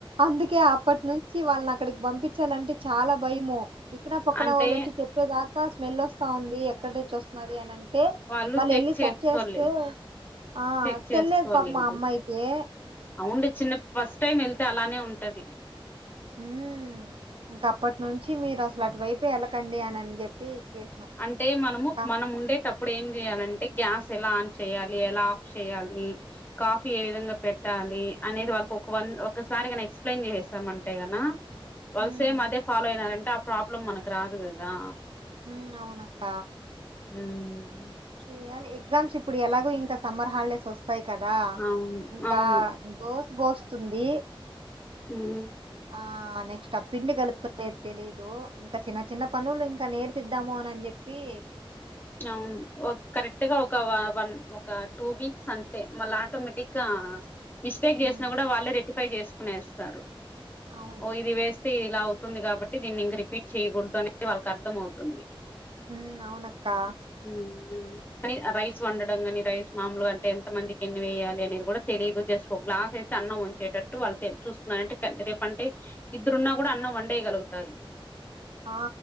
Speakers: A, on the right (about 70°); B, on the left (about 20°).
A: అందుకే అప్పటి నుంచి వాళ్ళ అక్కడికి పంపించాలంటే చాల భయము ఇక్కడ పక్కన
B: అంటే
A: వాళ్ళు వచ్చి చెప్పేదాకా స్మెలోస్తా ఉంది ఎక్కడినుచ్చోస్తున్నది అని టె
B: వాళ్ళు
A: మళ్ళెళ్ళి
B: చెక్ చేసుకోవాలి
A: సర్చ్ చేస్తే ఆ
B: చెక్ చేసుకోలేదు
A: తెల్లేదు పాపమ్ ఆ అమ్మాయికి
B: అవుండి చిన్న ఫస్ట్ టైం వెళ్తే అలానే ఉంటది.
A: ఉహ్ ఇంక అప్పటుంచి మీరు అసలు అటువైపు వెళ్లకండి అన్ అని చెప్పి చేసినాం
B: అంటే మనము
A: అక్క
B: మనం ఉండేటప్పుడు ఏం చేయాలంన్ గ్యాస్ ఎలా ఆన్ చేయాలి ఎలా ఆఫ్ చేయాలి కాఫీ ఏ విధంగా పెట్టాలి అనేది వాల్ ఒక ఒక వన్ ఒకసారిగాని ఎక్సప్లయిన్ చేశామాంటే గణ వాళ్ళు
A: ఉమ్
B: సేమ్ అదే ఫాలో అయినారంటే ఆ ప్రాబ్లెమ్ మనకు రాదు గదా.
A: ఉమ్ అవునక్క
B: ఉమ్
A: చేయాలి ఎగ్జామ్స్ ఇప్పుడు ఎలాగొ ఇంక సమ్మర్ హాలిడేస్ వస్ ఫైవ్ కదా
B: అవును
A: ఇంకా
B: అవును
A: దోస్ భోస్తుంది.
B: హుమ్మ్
A: ఆ నెక్స్ట్ అ పిండి కలుపుకునే తెలీదు. ఇంక చిన్న చిన్న పనులు ఇంక నేర్పిద్దాము అన్ చెప్పి పీ
B: అవును ఒ కరెక్ట్ గ ఒప్పు ఆ వన్ ఒక టూ వీక్స్ అంతే మళ్లా ఆటోమేటిక్ గా మిస్టేక్ చేసిన
A: ఉమ్,
B: కూడా వాళ్ళే రెటిఫై చేసుకునేస్తారు.
A: అవును
B: ఓ ఇది వేస్ ఇలా అవుతుంది కాబట్టి దీన్ని ఇంక రిపీట్ చేయగూడదు అనే వాళ్ళకి అర్థం అవుతుంది.
A: హుమ్ అవునక్కా
B: హుమ్ కానీ రైస్ వండడం
A: ఉమ్,
B: కానీ రైస్ మామూలుగ అంటే ఎంత మందికి ఎన్ని వెయ్యాలి అనేది కూడా తెలీదు. జస్ట్ ఒక గ్లాస్ వేస్తే అన్నం ఒంచేటట్టు వాళ్ళు తెల్ చూస్తూ అంటే రే రేపంటే ఇద్దరున్నా కూడా అన్నం వండేయగలుగుతారు.
A: ఆ